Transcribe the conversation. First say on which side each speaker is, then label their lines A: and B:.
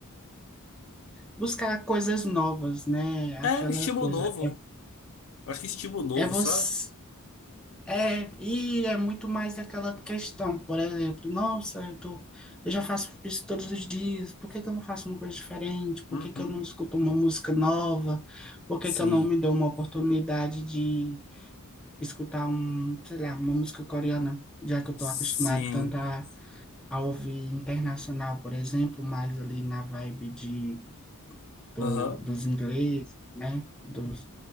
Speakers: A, in the centre; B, on the left (about 65°).
A: Buscar coisas novas, né? Aquela
B: É, estímulo
A: coisa
B: novo.
A: é,
B: Eu Acho que estímulo novo,
A: é você
B: sabe?
A: É, e é muito mais daquela questão, por exemplo, nossa, eu tô, eu já faço isso todos os dias, por que que eu não faço uma coisa diferente? Por
B: Uhum.
A: que que eu não escuto uma música nova? Por que
B: Sim.
A: que eu não me dou uma oportunidade de escutar um, sei lá, uma música coreana, já que eu
B: Sim.
A: tô acostumado tanto a, a ouvir internacional, por exemplo, mais ali na vibe de do,
B: Aham.
A: dos ingleses, né? Dos,